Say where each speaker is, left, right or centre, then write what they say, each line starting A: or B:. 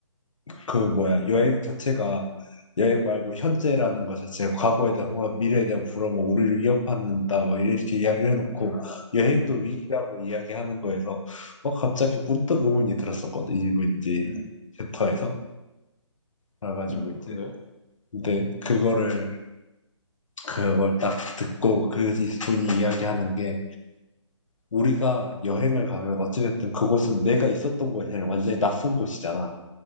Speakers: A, on the left (about 80°); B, on the left (about 30°).
A: 그 뭐야, 여행 자체가 여행 말고 현재라는 것 자체가 과거에 대한 호화, 미래에 대한 불안, 뭐 우리를 위협한다, 뭐 이렇게 이야기를 해놓고 여행도
B: 음,
A: 위기라고 이야기하는 거에서 어, 갑자기 문득 의문이 들었었거든. 이분 이제
B: 음,
A: 챕터에서. 그래가지고
B: 음,
A: 이제
B: 근데?
A: 근데 그거를 그걸 딱 듣고 그 분이 이야기하는 게 우리가 여행을 가면 어찌됐든 그곳은 내가 있었던 곳이 아니라 완전히 낯선 곳이잖아.